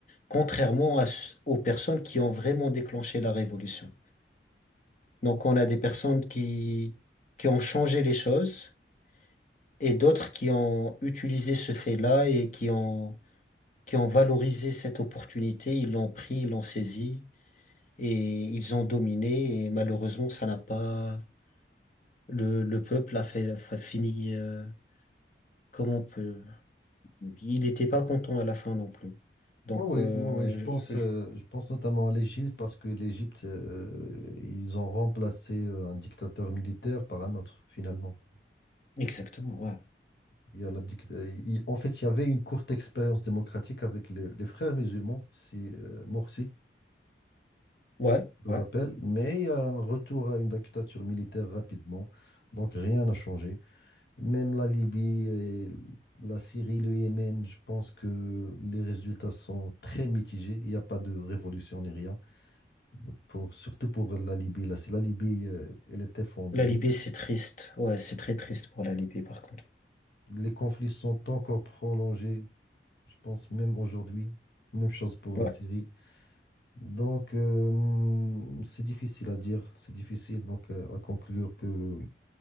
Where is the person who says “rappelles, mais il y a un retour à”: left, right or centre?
Left